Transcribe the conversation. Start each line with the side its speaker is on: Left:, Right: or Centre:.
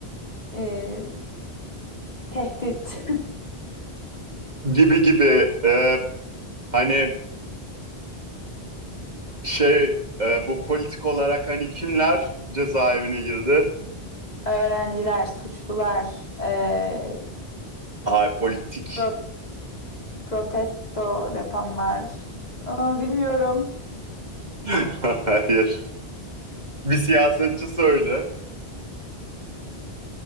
Left: ee, tehdit. <laughs>
Right: Gibi gibi e, hani şey e, bu politik olarak hani kimler cezaevine girdi?
Left: Öğrenciler, suçlular, eee,
Right: Ay politik.
Left: pro- protesto yapanlar. Aa, bilmiyorum.
Right: <laughs> Hayır. Bir siyasetçi söyle.